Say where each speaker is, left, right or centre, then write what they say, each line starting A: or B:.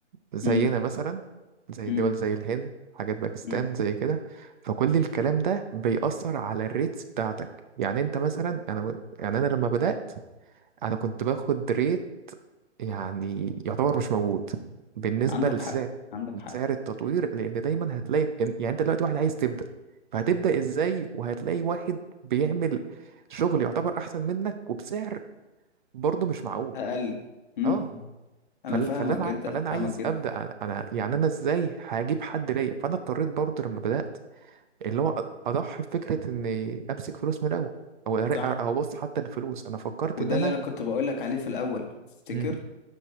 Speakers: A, on the right; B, on the left.
A: زينا
B: امم
A: مثلا زي
B: امم
A: دول زي الهند حاجات باكستان
B: امم
A: زي كده فكل الكلام ده بيأثر على الريتس بتاعتك يعني انت مثلا انا يعني انا لما بدأت انا كنت باخد ريت يعني يعتبر مش موجود بالنسبة
B: عندك
A: لسعر
B: حق عندك
A: لسعر
B: حق
A: التطوير لان دايما هتلاقي إن- يعني انت دلوقتي واحد عايز تبدأ فهتبدأ ازاي وهتلاقي واحد بيعمل شغل يعتبر احسن منك وبسعر برضه مش معقول
B: اقل امم
A: اه
B: امم. انا
A: فال-
B: فاهمك
A: فاللي انا
B: جدا
A: عاي- فاللي انا
B: فاهمك
A: عايز
B: جدا
A: ابدا انا يعني انا ازاي هجيب حد ليا فانا اضطريت برضه لما بدات اللي هو أ- اضحي بفكره اني امسك فلوس من الاول او أر-
B: صح
A: او ابص حتى للفلوس انا فكرت
B: وده
A: ان انا
B: اللي انا كنت بقول لك عليه في الاول تفتكر
A: مم.